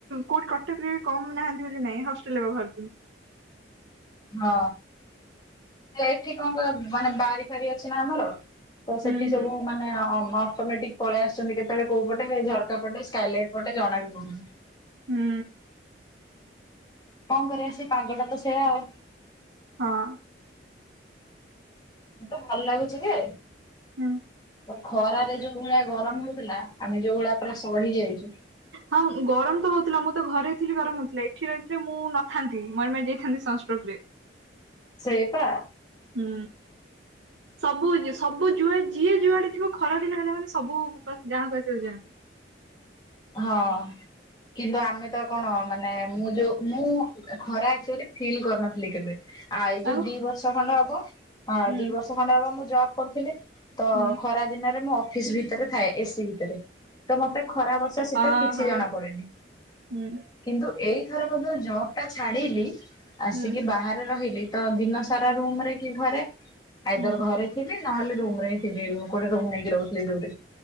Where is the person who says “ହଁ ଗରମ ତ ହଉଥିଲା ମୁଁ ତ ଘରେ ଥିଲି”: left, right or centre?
Right